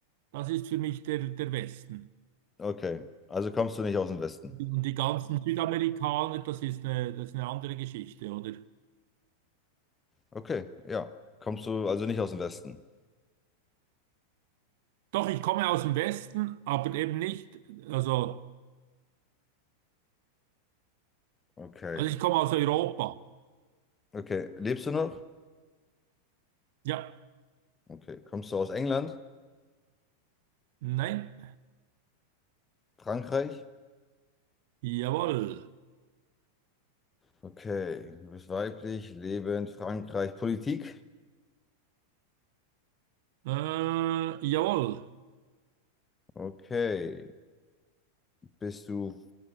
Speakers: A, on the right; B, on the left.
A: das ist für mich der, der Westen.
B: Okay, also kommst du nicht aus dem Westen.
A: Und die ganzen Südamerikaner, das ist eine, das ist eine andere Geschichte, oder?
B: Okay, ja. Kommst du also nicht aus dem Westen?
A: Doch, ich komme aus dem Westen, aber eben nicht, also,
B: Okay,
A: also ich komme aus Europa.
B: okay. Lebst du noch?
A: Ja,
B: Okay, kommst du aus England?
A: nein,
B: Frankreich?
A: jawohl,
B: Okay, du bist weiblich, lebend, Frankreich, Politik?
A: äh, jawohl,
B: Okay, bist du,